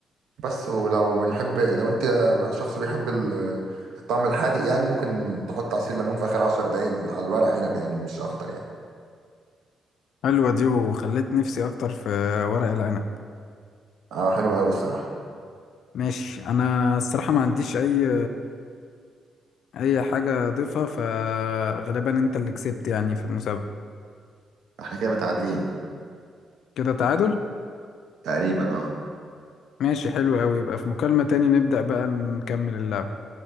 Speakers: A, on the right; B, on the left.
A: بس ولو بنحب لو انت شخص بيحب ال- الطعم الحادق يعني ممكن تحط عصير ليمون في اخر عشر دقايق على الورق عنب يعني مش اكتر يعني
B: حلوة دي وخليت نفسي أكتر في ورق العنب
A: اه حلو قوي الصراحه
B: ماشي أنا الصراحة ما عنديش أي أي حاجة أضيفها فغالبا أنت اللي كسبت يعني في المسابقة
A: احنا كده متعادلين
B: كده تعادل
A: تقريبا اه
B: ماشي حلو أوي يبقى في مكالمة تاني نبدأ بقى نكمل اللعب